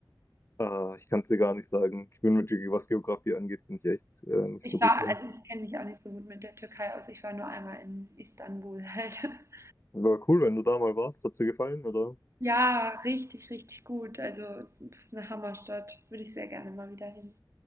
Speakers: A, on the left (about 35°); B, on the right (about 35°).
A: Ah, ich kann es dir gar nicht sagen. Ich bin mit, Ge- was Geografie angeht, bin ich echt äh, nicht
B: Ich
A: so gut
B: war,
A: drin.
B: also ich kenne mich auch nicht so gut mit der Türkei aus. Ich war nur einmal in Istanbul halt. <laughs>
A: Aber cool, wenn du da mal warst. Hat's dir gefallen, oder?
B: Ja, richtig, richtig gut. Also, das ist eine Hammerstadt. Würde ich sehr gerne mal wieder hin.